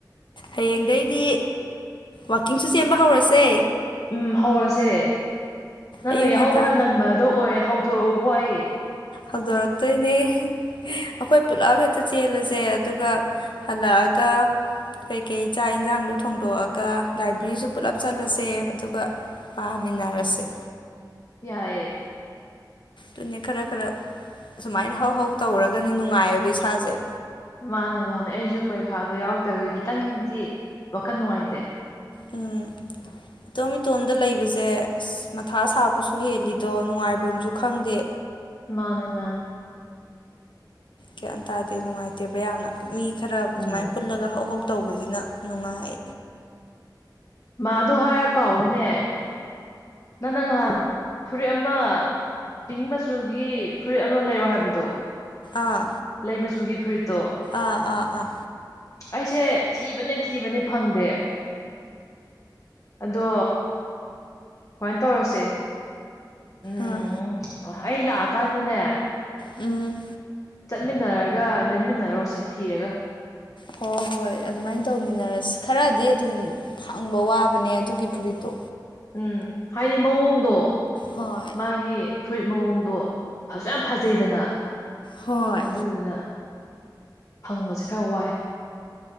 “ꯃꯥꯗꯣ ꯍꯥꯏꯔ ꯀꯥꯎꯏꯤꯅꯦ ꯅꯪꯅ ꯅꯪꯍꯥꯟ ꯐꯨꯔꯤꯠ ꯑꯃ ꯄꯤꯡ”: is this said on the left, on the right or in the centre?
Left